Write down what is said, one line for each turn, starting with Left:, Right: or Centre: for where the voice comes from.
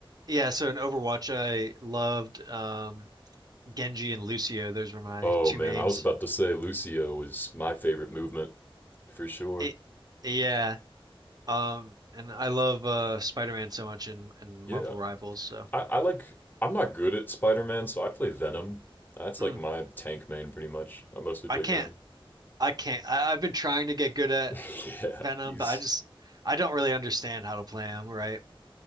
Right: yeah, so in Overwatch I loved um Genji and Lucio. Those were my
Left: Oh
Right: two
Left: man,
Right: mains.
Left: I was about to say Lucio was my favorite movement for sure.
Right: It, yeah. Um, and I love uh Spider-Man so much in and Marvel
Left: Yeah.
Right: Rivals, so
Left: I, I like. I'm not good at Spider Man, so I play Venom. That's
Right: mm,
Left: like my tank main pretty much. I mostly
Right: I
Left: play
Right: can't
Left: Venom.
Right: I can't I, I've been trying to get good at
Left: <laughs> yeah,
Right: Venom,
Left: he's.
Right: but I just I don't really understand how to play him, right?